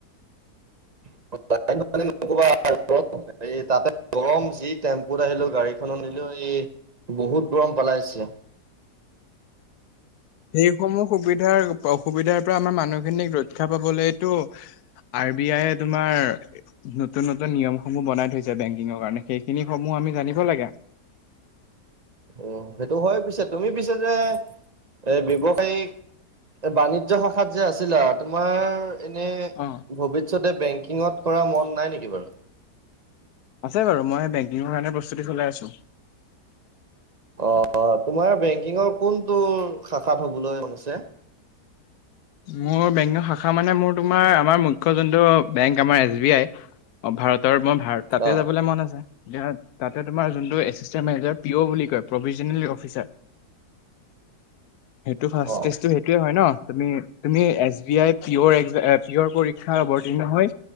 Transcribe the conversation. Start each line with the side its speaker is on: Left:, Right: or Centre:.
Right: <unintelligible> এই তাতে গৰম যি, টেম্পুত আহিলোঁ, গাড়ীখনো নিলো, এই বহুত গৰম পেলাইছে।
Left: এইসমূহ সুবিধাৰ, অসুবিধাৰ পৰা আমাৰ, মানুহখিনিক ৰক্ষা পাবলৈয়েটো আৰ বি আইয়ে তোমাৰ নতুন, নতুন নিয়মসমূহ বনাই থৈছে বেংকিঙৰ কাৰণে, সেইখিনি সমূহ আমি জানিব লাগে।
Right: উম, সেইটো হয় পিছে, তুমি পিছে যে, এ ব্যৱসায়িক বাণিজ্য শাখাত যে আছিলা, তোমাৰ এনে
Left: অ'।
Right: ভৱিষ্যতে, বেংকিঙত কৰা মন নাই নেকি বাৰু?
Left: আছে বাৰু, মই বেংকিঙৰ কাৰণে, প্ৰস্তুতি চলাই আছোঁ।
Right: অ', অ', তোমাৰ বেংকিঙৰ, কোনটো শাখাত হ'বলৈ মন আছে?
Left: মোৰ, বেংকিঙৰ শাখা মানে, মোৰ তোমাৰ, আমাৰ মুখ্য যোনটো বেংক, আমাৰ এছ বি আই। ভাৰতৰ মই, ভাৰত তাতে
Right: অ
Left: যাবলৈ মন আছে। ইয়াত তাতে তোমাৰ যোনটো, এচিষ্টেণ্ট মেনেজাৰ পি অ' বুলি কয়, প্ৰভিজনেলী অফিচাৰ। সেইটো ফাৰ্ষ্ট
Right: অ
Left: ষ্টেজটো সেইটোয়ে হয় ন। তুমি তুমি এছ বি আই, পিয়ৰ এক্স এ পিয়ৰ পৰীক্ষা অৱতীৰ্ণ হৈ